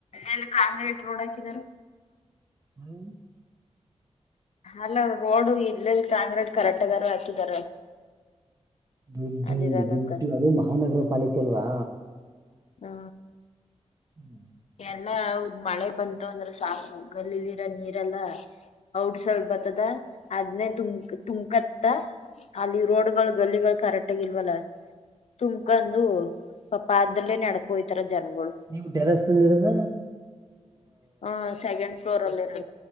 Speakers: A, on the left (about 65°); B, on the right (about 30°).
A: ಎನ್ ಕಾಂಕ್ರೀಟ್ ರೋಡ್ ಹಾಕಿದಾರ.
B: ಹ್ಮ್
A: ಅಲ್ಲ ರೋಡ್ ಇಲ್ಲಲ್ಲಿ ಕಾಂಕ್ರೀಟ್ ಕರೆಕ್ಟ್ಗಾರು ಹಾಕಿದಾರ.
B: ದುಡ್ಡು
A: ಅದಿದಾಗಕ್ಕ
B: ದುಡ್ಡು ಅದು ಮಹಾನಗರ ಪಾಲಿಕೆ ಅಲ್ವಾ.
A: ಹಾ
B: ಹ್ಮ್
A: ಎಲ್ಲ ಅವರದ ಮಳೆ ಬಂತು ಅಂದ್ರೆ ಸಾಕು ಗಲ್ಲಿಲಿರೋ ನೀರೆಲ್ಲಾ ಔಟ್ ಸೈಡ್ ಬ ದ ಅದ್ನೇ ತುಮ ತುಮಕತ್ತ ಅಲ್ಲಿ ರೋಡ್ ಗಳು ಗಲ್ಲಿಗಳು ಕರೆಕ್ಟ್ ಆಗ ಇಲ್ವಲ್ಲ. ತುಂಬಕೊಂಡು ಸ್ವಪಾದರಲ್ಲೇ ನಡ್ಕೊಯ್ತಾರ ಜನಗಳು
B: ನೀವು ಟೆರಸ್ನಲ್ಲಿ ಇರದ
A: ಹ ಸೆಕೆಂಡ್ ಫ್ಲೋರ್ ಅಲ್ಲಿ ಇರದ